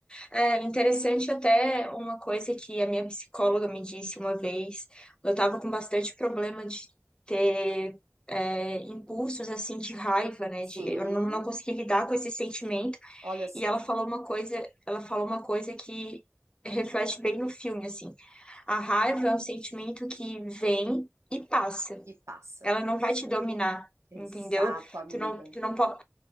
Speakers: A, on the left (about 20°); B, on the right (about 65°).
A: É interessante até uma coisa que a minha psicóloga me disse uma vez. Eu estava com bastante problema de ter é, impulsos assim de raiva, né? De,
B: Sim,
A: eu não, não consegui lidar com esse sentimento.
B: olha só.
A: E ela falou uma coisa, ela falou uma coisa que reflete bem no filme, assim. A raiva é um sentimento que vem e passa.
B: E passa.
A: Ela não vai te dominar,
B: Exato,
A: entendeu?
B: amiga.
A: Tu não, tu não pode.